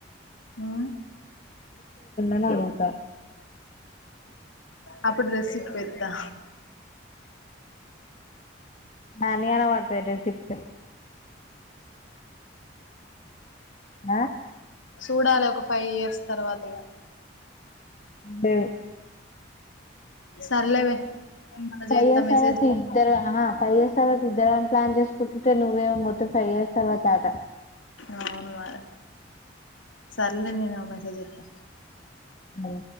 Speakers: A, on the left; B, on the left.
A: అ.
B: అని అడుగుతా
A: అప్పుడు రెసిప్ పెతా.
B: ఆ అన్ని గణం వర్తాయి బెసషిప్ పె. ఆ
A: సూడాలె ఒక ఫైయి ఇయర్స్. తర్వాత ఇగా.
B: టే.
A: సర్లేవే నేను మళ్ళ
B: పోయేసవకు
A: చేత్తా మెసేజ్
B: ఇద్దరు హ. ఫైయి ఇయర్స్ తర్వాత ఇద్దరఅని ప్లాన్ చేసుకుంటుంటే నువ్వేమె మొత్తం ఫైయి ఇయర్స్ తర్వాత ఆట.
A: అవును మార. సర్లే నేను మొ మెసేజ్ జెత్త.
B: అవు.